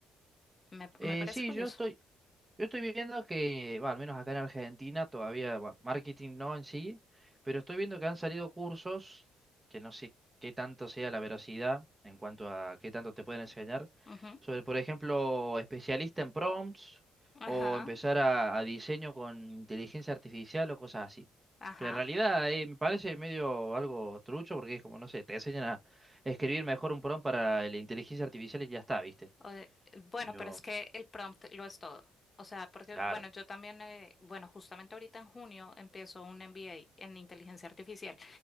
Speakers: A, on the left; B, on the right.
A: Me,
B: Eh,
A: me parece
B: sí,
A: curioso.
B: yo estoy... Yo estoy viendo que, va, al menos acá en Argentina, todavía, bueno, marketing no en sí, pero estoy viendo que han salido cursos, que no sé qué tanto sea la veracidad en cuanto a qué tanto te pueden enseñar,
A: Ujú.
B: sobre, por ejemplo, especialista en prompts
A: Ajá,
B: o empezar a, a diseño con inteligencia artificial o cosas así.
A: ajá.
B: Que en realidad eh, me parece medio algo trucho porque es como, no sé, te enseñan a escribir mejor un prompt para la inteligencia artificial y ya está, ¿viste?
A: O de- bueno,
B: Yo,
A: pero es que el prompt lo es todo. O sea, porque,
B: claro,
A: bueno, yo también, eh, bueno, justamente ahorita en junio empiezo un MBA en inteligencia artificial